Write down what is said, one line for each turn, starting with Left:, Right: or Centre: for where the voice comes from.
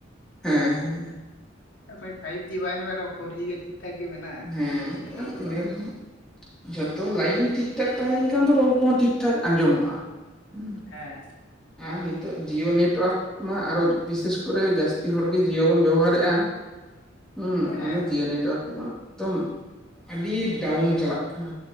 Centre: ᱦᱮᱸ ᱦᱮᱸ
Left: ᱟᱪᱪᱷᱟ ᱯᱷᱟᱭᱤᱵᱽ ᱡᱤ ᱵᱟᱭ ᱧᱟᱢᱮᱜ ᱨᱮᱦᱚᱸ ᱯᱷᱳᱨ ᱡᱤ ᱜᱮ ᱴᱷᱤᱠ ᱴᱷᱟᱠ ᱜᱮ ᱢᱮᱱᱟᱜ-ᱟ
Centre: ᱦᱮᱸ
Left: ᱚᱱᱮ ᱰᱤᱥᱴᱟᱵᱽ ᱫᱚ
Centre: ᱤᱱᱟᱹ
Left: ᱵᱟᱝ᱾
Centre: ᱨᱮᱦᱚᱸ ᱡᱷᱚᱛᱚ ᱞᱟᱭᱤᱱ ᱴᱷᱤᱠ ᱴᱷᱟᱠ ᱛᱟᱦᱮᱸ ᱞᱮᱱᱠᱷᱟᱱ ᱫᱚ ᱨᱚᱲ ᱠᱚᱦᱚᱸ ᱴᱷᱤᱠ ᱴᱷᱟᱠ ᱟᱸᱡᱚᱢᱚᱜ-ᱟ, ᱦᱸᱩ᱾
Left: ᱮᱸ᱾
Centre: ᱟᱸᱨ ᱱᱤᱛᱚᱜ ᱡᱤᱭᱳ ᱱᱮᱴᱣᱚᱨᱠᱼᱼ ᱢᱟ ᱟᱨᱚ ᱡᱚ ᱵᱤᱥᱮᱥ ᱠᱚᱨᱮ ᱡᱟᱹᱥᱛᱤ ᱦᱚᱲ ᱜᱮ ᱡᱤᱭᱳ ᱵᱚᱱ ᱵᱮᱵᱚᱦᱟᱨᱮᱜ-ᱟ᱾ ᱦᱩᱸ
Left: ᱦᱮᱸ
Centre: ᱟᱫᱚ ᱡᱤᱭᱳ ᱱᱮᱴᱣᱚᱨᱠ ᱠᱩᱢᱟ‌ ᱮᱠᱫᱚᱢ ᱟᱹᱰᱤ ᱰᱟᱣᱩᱱ ᱪᱟᱞᱟᱜ ᱠᱟᱱᱟ᱾